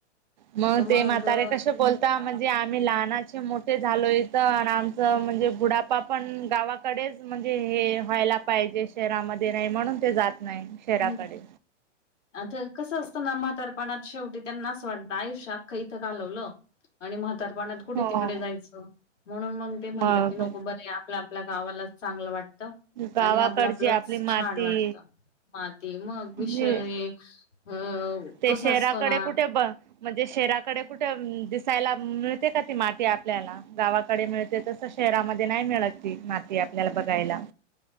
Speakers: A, on the right; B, on the left.
A: मग
B: तर
A: ते म्हातारे
B: अ,
A: कसे बोलता म्हणजे, जे आम्ही लहानाचे मोठे झालोय इथं अन् आणि आमचं म्हणजे बुडापा पण गावाकडेच म्हण म्हणजे हे व्हायला पाहिजे शहरामध्ये नाही म्हणून ते जात, नाही शहराकडे.
B: हम्म आता कसं असतं ना म्हा तारपणात शेवटी त्यांना असं वाटतं आयुष्य अखं इथं घालवलं आणि म उतारपणात कुठे
A: हो.
B: तिकडे जायचं, म्हणून मग ते म्हणतात
A: मग
B: की नको बरे आपल्या आपल्या गावालाच चांगलं वाटतं,
A: गावाकडची
B: आणि आपला प्लस
A: आपली माती
B: छान वाटतं. माती मग
A: म्हणजे
B: विषय अ..
A: ते
B: कसं
A: शहराकडे
B: असतो ना
A: कुठे ब म्हणजे शहराकडे कुठं मं.. दिसायला मिळते का ती माती आपल्याला गावाकडे मिळते तसं. शहरामध्ये नाही मिळत ती माती आपल्याला बघायला.